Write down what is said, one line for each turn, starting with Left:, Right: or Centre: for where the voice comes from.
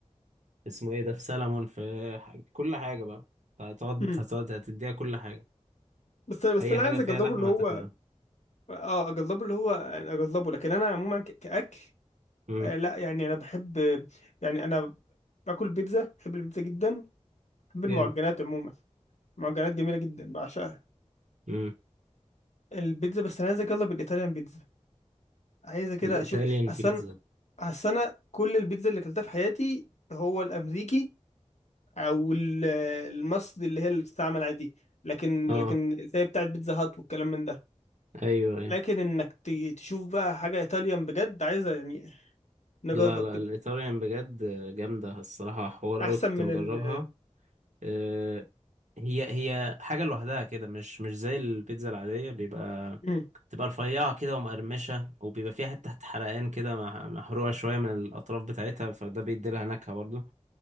Right: اسمه ايه ده في سلمون في حاجة. كل حاجة بقى أنت هتقعد
Left: مم.
Right: هتقعد هتديها كل حاجة
Left: بس انا بس
Right: أي
Left: انا
Right: حاجة
Left: عايز
Right: فيها
Left: اجربه
Right: لحمة
Left: اللي هو
Right: هتاكلها
Left: اه اجربه اللي هو يعني اجربه لكن انا عموما ك- كاكل
Right: امم
Left: آه لا يعني انا بحب يعني انا باكل بيتزا بحب البيتزا جدا بحب المعجنات
Right: جامد
Left: عموما معجنات جميله جدا بعشقها
Right: امم
Left: البيتزا بس انا عايزك يلا بالايطاليان بيتزا عايزه كده
Right: الإيطاليان
Left: اشوف اصل
Right: بيتزا
Left: انا اصل انا كل البيتزا اللي اكلتها في حياتي هو الامريكي او ال- المصري اللي هي اللي بتستعمل عادي لكن
Right: اه
Left: لكن زي بتاعت بيتزا هات والكلام من ده
Right: أيوه أيوه
Left: لكن انك ت- تشوف بقى حاجه ايطاليان بجد عايزه يعني نجرب
Right: لا لا
Left: كده
Right: الإيطاليان بجد جامدة الصراحة حوار
Left: احسن
Right: أوي كنت
Left: من
Right: مجربها
Left: ال
Right: آه، هي هي حاجة لوحدها كده مش مش زي البيتزا العادية بيبقى
Left: مم.
Right: تبقى رفيعة كده ومقرمشة وبيبقى فيها حتة تحت حرقان كده مع- محروقة شوية من الأطراف بتاعتها فده بيدي لها نكهة برضو